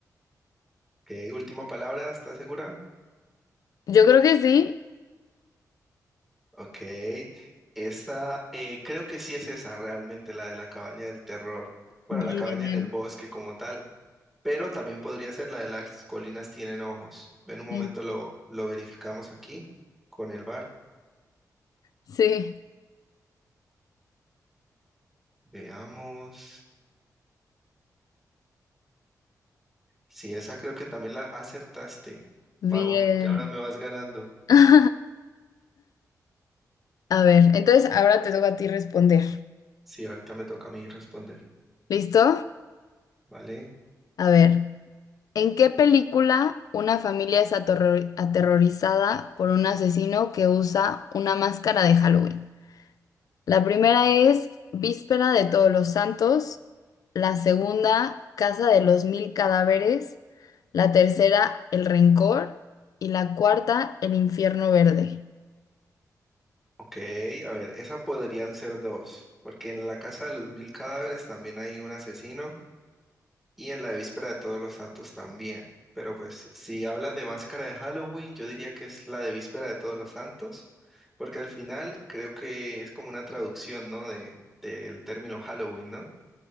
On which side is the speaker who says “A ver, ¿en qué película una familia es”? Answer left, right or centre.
Left